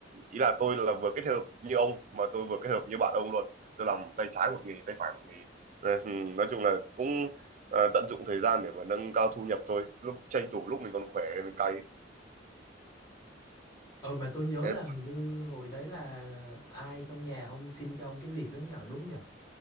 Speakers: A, on the right; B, on the left.
A: ý là tôi là vừa kết hợp như ông mà tôi vừa kết hợp như bạn ông luôn tôi làm tay trái một nghề tay phải một nghề Ờ, <laughs> nói chung là cũng ờ, tận dụng thời gian để mà nâng cao thu nhập thôi lúc tranh thủ lúc mình còn khỏe thì mình cày
B: Ờ mà tôi nhớ
A: Thế-
B: là hình như hồi đấy là ai trong nhà ông xin cho ông cái việc đấy nhờ đúng nhờ?